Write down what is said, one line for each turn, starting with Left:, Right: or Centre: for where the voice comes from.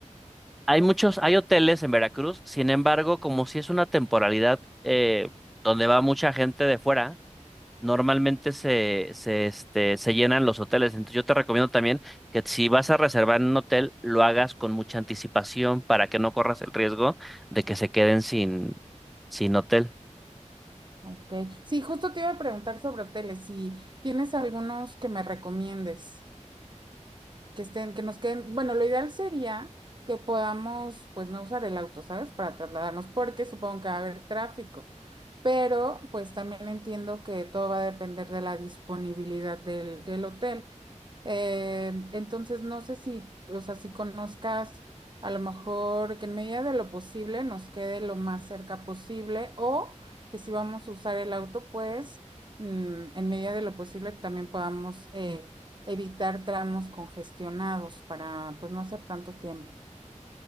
Centre: Hay muchos, hay hoteles en Veracruz, sin embargo, como si es una temporalidad eh, donde va mucha gente de fuera. normalmente se, se, este, se llenan los hoteles. Entonces yo te recomiendo también que si vas a reservar en un hotel, lo hagas con mucha anticipación para que no corras el riesgo de que se queden sin, sin hotel.
Right: Ok. Sí, justo te iba a preguntar sobre hoteles, si tienes algunos que me recomiendes, que estén, que nos queden. Bueno, lo ideal sería que podamos, pues, no usar el auto, ¿sabes? Para trasladarnos, porque supongo que va a haber tráfico. pero pues también entiendo que todo va a depender de la disponibilidad del, del hotel. Eh, entonces, no sé si, o sea, si conozcas a lo mejor que en medida de lo posible nos quede lo más cerca posible o que si vamos a usar el auto, pues mm, en medida de lo posible también podamos eh, evitar tramos congestionados para pues no hacer tanto tiempo.